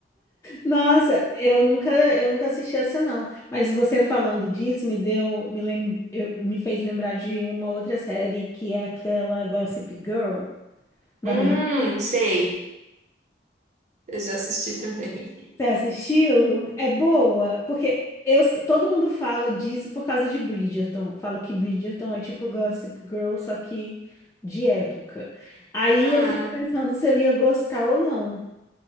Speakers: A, on the left; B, on the right.
A: Nossa, eu nunca, eu nunca assisti essa não. Mas você falando disso me deu, me lem, eu- me fez lembrar de uma outra série que é aquela Gossip Girl da
B: Hum,
A: minha irmã.
B: sei. Eu já assisti também. <laughs>
A: Você assistiu? É boa, porque eu, todo mundo fala disso por causa de Bridgerton. Fala que Bridgerton é tipo Gossip Girl, só que de época. Aí
B: Ah,
A: eu fico pensando se eu ia gostar ou não.